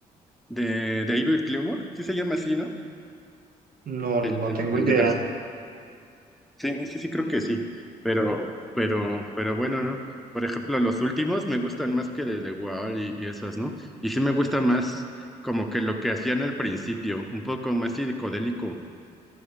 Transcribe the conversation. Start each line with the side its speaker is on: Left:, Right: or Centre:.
Centre: De, de David Gilmour, sí se llama así, ¿no?
Right: No,
Centre: El,
Right: no, no
Centre: el,
Right: tengo
Centre: el
Right: idea.
Centre: guitarrista. Sí, sí, sí, creo que sí, pero, pero, pero bueno, ¿no? Por ejemplo, los últimos me gustan más que de The Wall y, y esas, ¿no? Y sí me gusta más como que lo que hacían al principio, un poco más psicodélico.